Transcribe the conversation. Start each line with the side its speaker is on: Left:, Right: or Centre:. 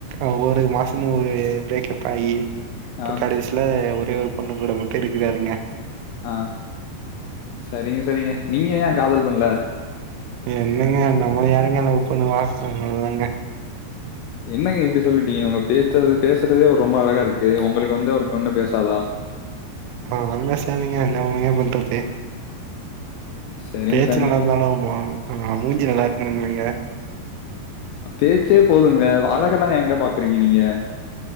Right: ஒவ்வொரு மாசமு ஒரு பிரேக்கப் ஆயி இப்ப
Left: ஆ,
Right: கடைசி ல ஒரே ஒரு பொண்ணு கூட மட்டு இருக்கிறாருங்க
Left: ஆ சரிங்க சரிங்க நீங்க ஏ காதல் பண்ல
Right: என்னங்க நம்மள யாருங்க லவ் பண்ணுவா அதுனால தாங்க
Left: என்னங்க இப்படி சொல்லிட்டிங்க உங்க பேச்ச பேசுறதே ஒரு ரொம்ப அழகா இருக்கு உங்களுக்கு வந்து ஒரு பொண்ணு பேசாதா
Right: அதெல்லா பேசாதுங்க என்னதுங்க பண்றது
Left: சரிங்க,
Right: பேச்சு
Left: சரிங்க.
Right: நல்லாருந்தாலு மூ ஆ மூஞ்சி நல்லாருக்கணுமல்லங்க
Left: பேச்சே போதுங்க அழகெல்லா ஏங்க பாக்கறிங்க நீங்க